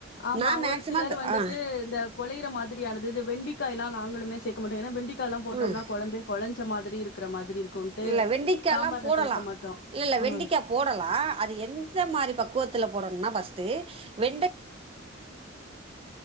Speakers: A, on the left; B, on the right.
A: ஆமா
B: நா
A: ஒரு
B: மேக்சிமம்
A: சிலர் வந்துட்டு
B: ஆ
A: இந்த குழையிற மாதிரியானது இந்த வெண்டிக்காய்லா நாங்களுமே சேக்க மாட்டோ ஏனா வெண்டிக்காலா போட்டோம்னா
B: ம்
A: குழம்பே கொழஞ்ச மாதிரி இருக்கிற மாதிரி இருக்குன்ட்டு
B: இல்ல வெண்டிக்காலா
A: சாம்பார்ல
B: போடலா
A: சேக்க மாட்டோ
B: இல்ல இல்ல வெண்டிக்கா
A: ம்
B: போடலா அது எந்த மாரி பக்குவத்துல போடணுனா பஸ்டு வெண்ட